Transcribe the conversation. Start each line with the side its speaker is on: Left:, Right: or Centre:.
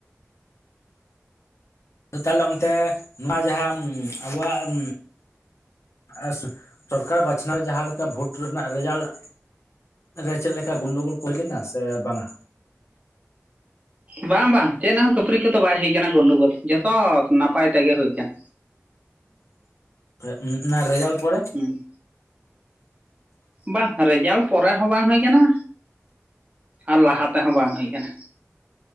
Left: ᱛᱟᱦᱞᱮ ᱚᱱᱛᱮ ᱱᱚᱣᱟ ᱡᱟᱦᱟᱸ ᱟᱵᱚᱣᱟᱜ ᱟᱨ ᱥᱚᱨᱠᱟᱨ ᱵᱟᱪᱷᱱᱟᱣ ᱡᱟᱦᱟᱸ ᱞᱮᱠᱟ ᱵᱷᱳᱴ ᱨᱮᱱᱟᱜ ᱨᱮᱡᱟᱞ ᱨᱮ ᱪᱮᱫ ᱞᱮᱠᱟ ᱜᱳᱱᱰᱳ ᱜᱳᱞ ᱠᱚ ᱦᱩᱭ ᱞᱮᱱᱟ ᱥᱮ ᱵᱟᱝᱟ
Right: ᱵᱟᱝ ᱵᱟᱝ ᱪᱮᱫ ᱦᱚᱸ ᱠᱷᱟᱹᱯᱟᱹᱨᱤ ᱠᱚᱫᱚ ᱵᱟᱭ ᱦᱩᱭ ᱟᱠᱟᱱᱟ ᱜᱚᱱᱰᱳ ᱜᱳᱞ ᱡᱚᱛᱚ ᱱᱟᱯᱟᱭ ᱛᱮᱜᱮ ᱦᱩᱭ ᱟᱠᱟᱱᱟ
Left: ᱦᱩᱸ ᱚᱱᱟ ᱨᱮᱡᱟᱞ ᱯᱚᱨᱮ
Right: ᱦᱩᱸ ᱵᱟᱜ ᱨᱮᱡᱟᱞ ᱯᱚᱨᱮ ᱦᱚᱸ ᱵᱟᱝ ᱦᱩᱭ ᱠᱟᱱᱟ ᱟᱨ ᱞᱟᱦᱟ ᱛᱮᱦᱚᱸ ᱵᱟᱝ ᱦᱩᱭ ᱠᱟᱱᱟ